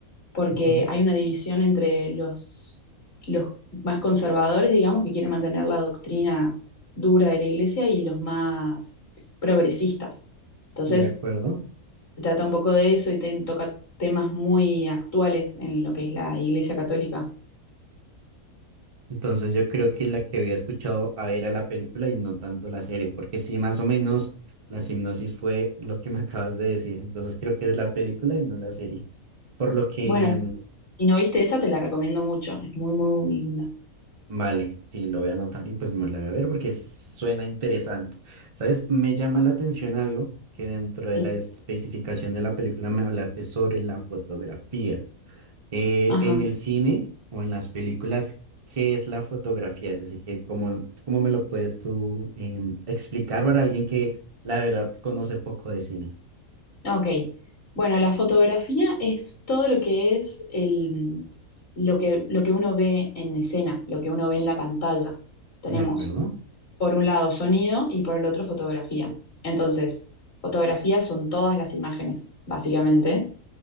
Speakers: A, on the left (about 45°); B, on the right (about 40°).
A: porque
B: ujú,
A: hay una división entre los, los más conservadores, digamos, que quieren mantener la doctrina dura de la iglesia y los más progresistas. Entonces,
B: De acuerdo.
A: se trata un poco de eso y te- toca temas muy actuales en lo que es la iglesia católica.
B: Entonces yo creo que la que había escuchado a ver a la película y no tanto la serie, porque sí, más o menos la hipnosis fue lo que me acabas de decir. Entonces creo que es la película y no la serie. Por lo que,
A: Bueno,
B: mm,
A: Si no viste esa, te la recomiendo mucho. Es muy, muy linda.
B: vale, sí, lo voy a anotar y pues me lo voy a ver porque suena interesante. ¿Sabes? Me llama la atención algo que dentro de
A: Sí.
B: la especificación de la película me hablaste sobre la fotografía. Eh,
A: Ajá.
B: en el cine o en las películas, ¿qué es la fotografía? Es decir, que cómo, cómo me lo puedes tú em, explicar para alguien que la verdad conoce poco de cine.
A: Ok. Bueno, la fotografía es todo lo que es el, mm, lo que, lo que uno ve en escena, lo que uno ve en la pantalla. Tenemos
B: ¿De acuerdo?
A: por un lado sonido y por el otro fotografía. Entonces, fotografías son todas las imágenes, básicamente.